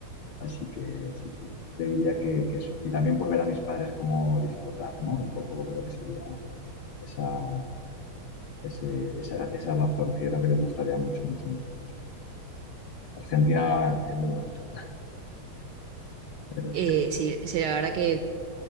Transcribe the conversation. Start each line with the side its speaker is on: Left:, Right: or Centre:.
Left: Así que sí, sí, te diría que, que eso. Y también por ver a mis padres cómo disfrutar, ¿no? Un poco creo que sería esa, ese- esa, esa razón que creo que les gustaría mucho, mucho, mucho, mucho. Argentina es muy bonito. La verdad
Right: Eh,
Left: es
Right: sí, sí, la verdad que